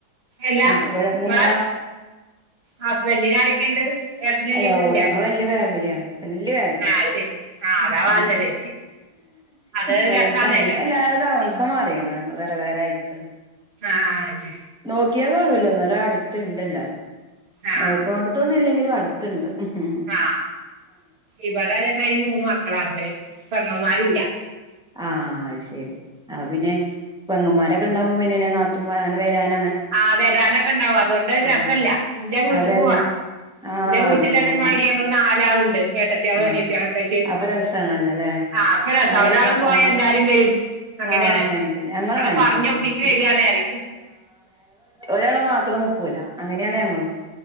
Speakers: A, on the right; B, in the centre.
A: അല്ല
B: ആ ഇവിടെ
A: നിങ്ങളെ
B: മൂന്ന
A: ഹസ്ബൻഡിന് ആരൊക്കെ ഉണ്ട് ഏട്ടനൊക്കെ
B: അയോ
A: ഇല്ലേ
B: ഞങ്ങള് വലിയ ഫാമിലിയാണ് വല്യ ഫാമിലിയാ
A: ആ ശരി അതാ
B: ആ
A: വേണ്ടത് അത്
B: വലുതാണ്
A: രസാണല്ലോ
B: പിന്നെ എല്ലാരും താമസം
A: ഉം.
B: മാറിണ് വേറെ വേറെ ആയ്ക്ക്ണ്
A: ആ ആ ശരി
B: നോക്കിയാൽ കാണൂല്ല എന്നാലും അടുത്ത് ഉണ്ടല്ലാരും
A: ആ
B: നോക്കണോടത്തൊന്നും ഇല്ലെങ്കിലും അടുത്തുണ്ട് ഉം
A: ആ ഇവിടെ അതേമാരി മൂന്ന് മക്കളാണ് അവര് പെങ്ങൻമാരില്ല
B: ആ അത് ശെരി ആ പിന്നെ പെങ്ങന്മാരൊക്കെ ഉണ്ടാവുപോ പിന്നെ നാത്തുൻ മാര് ങ്ങനെവരാന
A: ആ വരാനൊക്കെ ഇണ്ടാവും അതുകൊണ്ട് ഒരസല്ല
B: ആഹ്
A: എന്റെ വീട്ടക്ക്
B: അതന്നെ
A: പോണം
B: ആഹ്
A: എന്റെ വീട്ടില്
B: അതന്നെ
A: അതേമാതിരി
B: അല്ലെങ്കിൽ
A: ഞങ്ങള് നാലാളുണ്ട് ഏട്ടത്തികള്
B: ആഹ്
A: അനിയത്തികള് ഒകെയിട്ട്
B: അപ്പൊ രസാണല്ലോല്ലേ
A: ആ അപ്പം രസ
B: അങ്ങനെ
A: ഒരാള് പോയാ
B: ആഹ്
A: എല്ലാരും വരും അങ്ങനെയാണ്
B: ആഹ് അങ്ങനത്തെ ഞങ്ങളും
A: ഞങ്ങള്
B: അങ്ങനെ
A: പറഞ്ഞൊപ്പിച്ച്
B: തന്നെയാണ്
A: വരാണ് അറിം
B: ഒരാളെ മാത്രം നിക്കൂല അങ്ങനെയാണ് ഞങ്ങളും